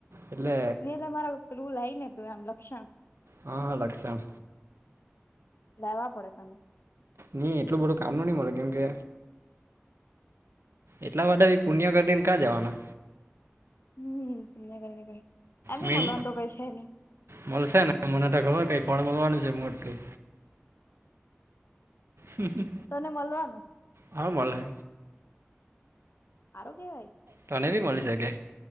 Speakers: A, on the right; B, on the left.
A: એટલે
B: ની એટલે મારા પેલુ લાઇ ને તું એમ લક્ષણ
A: હા હા લક્ષણ
B: લાવા પડે તને
A: ની એટલું બધું કામ નું ની મળે કેમ કે એટલા બધા પુણ્ય કરીને ક્યાં જવાના
B: હમ <unintelligible> એમી
A: મેન
B: મલવાનું તો કઈ છે ની
A: મળશે ને મને તો ખબર કઈ ફળ મળવાનું છે મોટું હમ હમ
B: તને મળવાનું
A: હા મલહે
B: હારૂ કેવાય
A: તને બી મળી શકે